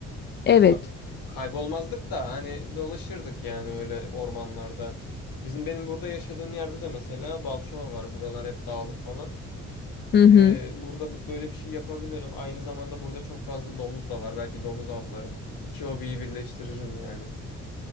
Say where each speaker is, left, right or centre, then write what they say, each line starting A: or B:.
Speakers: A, on the left; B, on the left.
A: Hani
B: Evet.
A: ka- kaybolmazdık da hani dolaşırdık yani öyle ormanlarda. Bizim benim burada yaşadığım yerde de mesela Balçova var. Buralar hep dağlık falan.
B: Hı
A: Ee,
B: hı.
A: burada b- böyle bir şey yapabilirim. Aynı zamanda burada çok fazla domuz da var. Belki domuz avlarım. İki hobiyi birleştiririm yani.